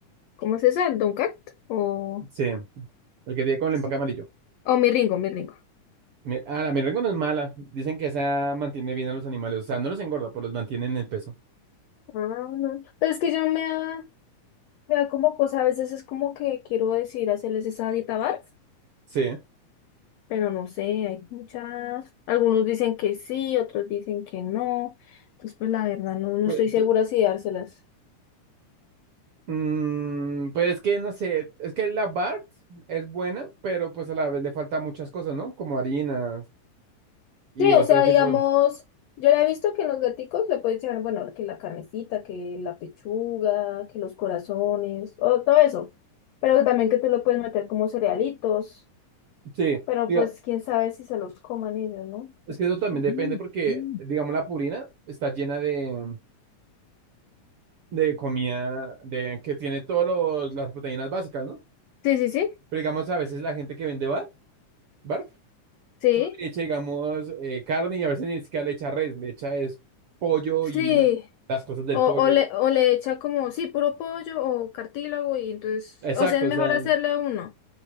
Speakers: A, on the left (about 85°); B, on the right (about 70°).
A: ¿cómo se dice? ¿Dunkat? O,
B: Sí, el que tiene con el
A: Sí.
B: empaque amarillo.
A: o mi Ringo, mi Ringo.
B: Mi- Ah, la merengue no es mala. Dicen que esa mantiene bien a los animales. O sea, no los engorda, pero los mantiene en el peso.
A: Ah, no. Pero es que yo me da, me da como cosa, a veces es como que quiero decir hacerles esa dieta barf,
B: Sí.
A: pero no sé, hay muchas, algunos dicen que sí, otros dicen que no, entonces pues la verdad no, no
B: Pues,
A: estoy segura
B: tú-
A: si dárselas.
B: mm, pues es que no sé. Es que la Bart es buena, pero pues a la vez le falta muchas cosas, ¿no? Como harinas y
A: Sí,
B: otros
A: o sea,
B: tipos.
A: digamos, yo ya he visto que en los gaticos le puedes echar, bueno, que la carnecita, que la pechuga, que los corazones, o todo eso. Pero también que tú lo puedes meter como cerealitos.
B: Sí,
A: Pero
B: digo,
A: pues quién sabe si se los coman ellos, ¿no?
B: es
A: Eso.
B: que eso también depende
A: Mm,
B: porque,
A: mm.
B: digamos, la purina está llena de, de comida de, que tiene todas las proteínas básicas, ¿no?
A: Sí, sí, sí,
B: Pero digamos, a veces la gente que vende bar, barf,
A: sí,
B: solo le echa, digamos, eh, carne y a veces ni siquiera le echa res, le echa es pollo
A: sí.
B: y la- las cosas del
A: O,
B: pollo.
A: o le, o le echa como, sí, puro pollo o cartílago y entonces,
B: Exacto,
A: o sea, es
B: o
A: mejor
B: sea,
A: hacerle uno.